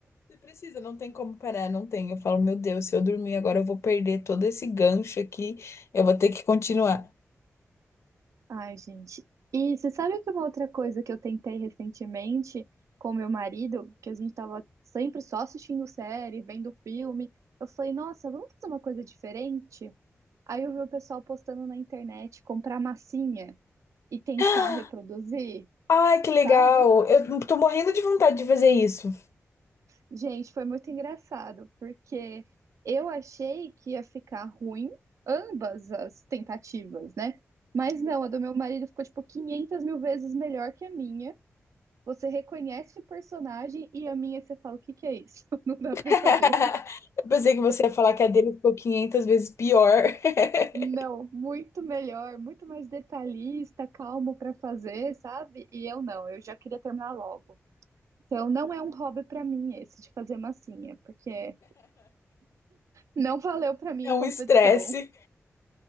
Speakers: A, on the left (about 60°); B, on the right (about 80°).
A: Você precisa, não tem como parar, não tem. Eu falo, meu Deus, se eu dormir agora, eu vou perder todo esse gancho aqui. Eu vou ter que continuar.
B: Ai, gente. E você sabe que uma outra coisa que eu tentei recentemente com meu marido, que a gente tava sempre só assistindo série, vendo filme, eu falei, nossa, vamos fazer uma coisa diferente? Aí eu vi o pessoal postando na internet comprar massinha e tentar
A: <gasps>
B: reproduzir,
A: Ai, que legal!
B: sabe?
A: Eu tô morrendo de vontade de fazer isso.
B: Gente, foi muito engraçado, porque eu achei que ia ficar ruim ambas as tentativas, né? Mas não, a do meu marido ficou tipo 500 mil vezes melhor que a minha. Você reconhece o personagem e a minha você fala, o que que é isso? <laughs> Não dá
A: <laughs>
B: pra saber.
A: Eu pensei que você ia falar que a dele ficou 500 vezes pior. <laughs>
B: Não, muito melhor, muito mais detalhista, calmo pra fazer, sabe? E eu não, eu já queria terminar logo. Então não é um hobby pra mim esse de fazer massinha, porque não valeu pra mim
A: É
B: a
A: um
B: competição.
A: estresse.